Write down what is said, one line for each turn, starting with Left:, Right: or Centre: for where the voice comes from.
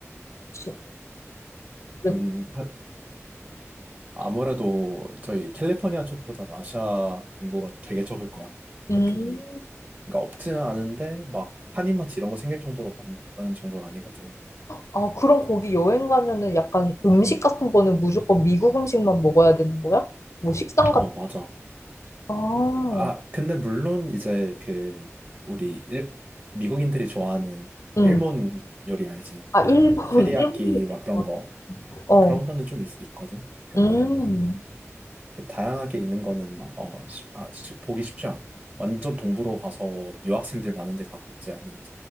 Left: 지- 그랬다?
Right: 음, 하- 아무래도 저희 캘리포니아 쪽보다는 아시아 인구가 되게 적을 거야.
Left: 음.
Right: 그쪽이. 그러니까 없지는 않은데 막 한인마트 이런 거 생길 정도로 많, 많은 정도는 아니거든.
Left: 아, 그럼 거기 여행 가면은 약간 음식 같은 거는 무조건 미국 음식만 먹어야 되는 거야? 뭐 식당
Right: 어,
Left: 같은
Right: 맞아.
Left: 아,
Right: 아, 근데 물론 이제 그 우리 일- 미국인들이 좋아하는
Left: 응.
Right: 일본 요리 알지?
Left: 아, 일본. <laughs>
Right: 테리야끼
Left: 일본이
Right: 막 그런
Left: 좋아.
Right: 거
Left: 어.
Right: 그런 거는 좀 있, 있거든. 근데
Left: 음.
Right: 이렇게 다양하게 있는 거는 어, 쉽- 아, 쉽- 보기 쉽지 않아. 완전 동부로 가서 유학생들 많은 데 갔었지 않은